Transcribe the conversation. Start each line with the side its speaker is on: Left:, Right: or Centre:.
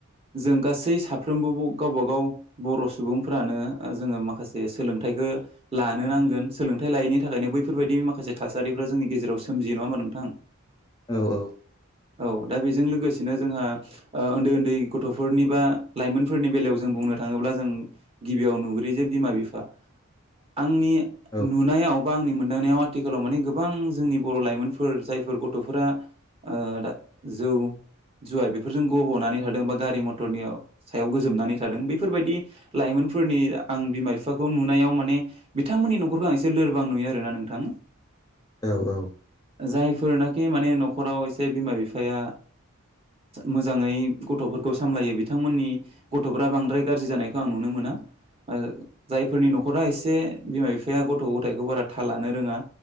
Right: जों गासै साफ्रोमबो ब-गावबागाव बर सुबुंफ्रानो जोङो माखासे सोलोंथाइ लानो नांगोन सोलोंथाइ लायैनि थाखायनो बैफोरबायदि माखासे थासारिफ्रा जोंनि गेजेराव सोमजियो नङा <unintelligible>
Left: औ औ
Right: औ दा बेजों लोगोसेनो जोंहा उन्दै उन्दै गथफोरनि बा लाइमोनफोरनि बेलायाव जों बुंनो थाङोब्ला जों गिबियाव नुग्रो जे बिमा बिफा आंनि
Left: औ
Right: नुनायाव बा आंनि मोनदांनायाव आथिखालाव माने गोबां जोंनि बर लाइमोनफोर जायफोर गथफोरा ओ-द जौ जुवा बेफोरजों गबनानै थादों बा गारि मथरनि सायाव गोजोमनानै थादों बेफोरबायदि लाइमोन फोरनि आं बिमा बिफाखौ नुनायाव माने बिथांमोननि नखरखौ आं एसे लोरबां नुयो आरोना नोंथां।
Left: औ औ
Right: जायफोरनाखि माने नखराव एसे बिमा बिफाया मोजाङै गथफोरखौ सामलायो बिथांमोननि गथफ्रा बांद्राय गाज्रि जानायखौ आं नुनो मो ओ जायफोरनि नखरा एसे बिमा बिफाया गथ गथायखौ बारा थाललानो रोङा